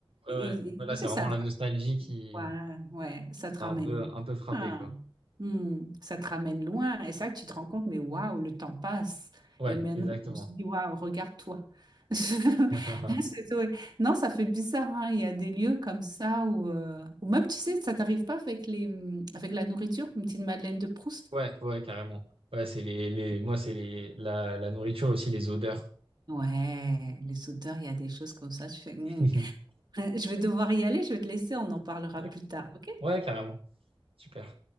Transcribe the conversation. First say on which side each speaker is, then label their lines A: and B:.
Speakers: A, on the right; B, on the right.
A: ouais,
B: et,
A: ouais. Voilà,
B: et tu
A: c'est
B: sais,
A: vraiment
B: ça te,
A: la nostalgie qui,
B: ouais, ouais, ça
A: qui
B: te
A: t'a
B: ramène
A: un peu, un peu frappé,
B: loin.
A: quoi.
B: Hmm, ça te ramène loin. Et ça, tu te rends compte, mais waouh, le temps passe.
A: Ouais,
B: Et maintenant,
A: exactement.
B: je me suis dit, waouh, regarde-toi. <laughs> C'est-
A: <laughs> Ah, ah, ah.
B: ouais. Non, ça fait bizarre, hein. Il y a des lieux comme ça où, euh, où même, tu sais, ça t'arrive pas avec les, hum, avec la nourriture, une petite Madeleine de Proust.
A: Ouais, ouais, carrément. Ouais, c'est les, les, moi, c'est les, la, la nourriture aussi, les odeurs.
B: Ouais, les sauteurs, il y a des choses comme ça. Tu fais, Hmm.
A: <laughs>
B: Ouais, Je vais devoir y aller, je vais te laisser, on en parlera
A: Ouais,
B: plus tard, ok?
A: ouais, carrément. Super.